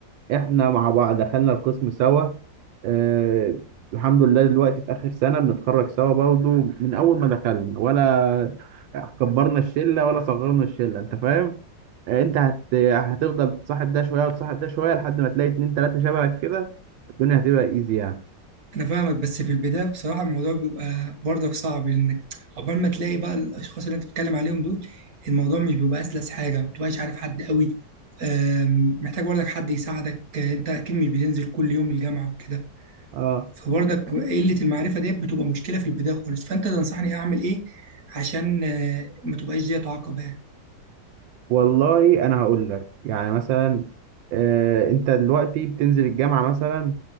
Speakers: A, on the right; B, on the right.
A: احنا مع بعض دخلنا القسم سوا آه الحمد لله دلوقتي في آخر سنة بنتخرج سوا برضو من أول ما دخلنا ولا كبرنا الشلة ولا صغرنا الشلة أنت فاهم؟ آه أنت هت... هتفضل تصاحب ده شوية وتصاحب ده شوية لحد ما تلاقي اتنين تلاتة شبهك كده الدنيا هتبقى إيزي يعني
B: انا فاهمك بس في البدايه بصراحه الموضوع بيبقى برضك صعب لانك عقبال ما تلاقي بقى الاشخاص اللي انت بتتكلم عليهم دول الموضوع مش بيبقى اسلس حاجه ما بتبقاش عارف حد قوي آم، محتاج برضك حد يساعدك آه، انت اكيد مش بتنزل كل يوم الجامعه وكده
A: آه
B: فبرضك قله المعرفه ديت بتبقى مشكله في البدايه خالص فانت تنصحني اعمل ايه عشان آه، ما تبقاش ديت عقبه يعني
A: والله أنا هقول لك يعني مثلا آه أنت دلوقتي بتنزل الجامعة مثلا